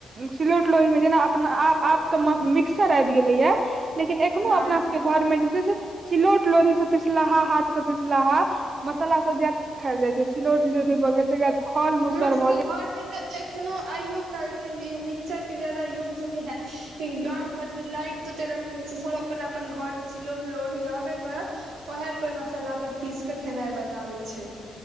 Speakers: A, on the right (about 30°); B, on the right (about 80°).
A: सिलोट लोढिमे जेना अपना आप आप मिक्सर आइब गेलैया लेकिन एखनो
B: हँ
A: अपना सबके घर में जे छैय से सिलोट लोढ़ी से पिसलाहा हाथ से पिसलाहा मसाला सब जा खायइल जाइ छैय सीलोट लोढी भगैल तैक बाद खल
B: हमर
A: मूसर
B: सबके
A: भऽ गेल
B: घरमे तऽ एखनो आयो काल में मिक्सचर के जादा यूज न हैत किया गांव घर में लाइट तु त रहे नय छी सब अपन-अपन घर मे सिलोट लोढी रहबे करत ओहे पर मसल्ला पर पीस के खेनाइ बनाबे छैय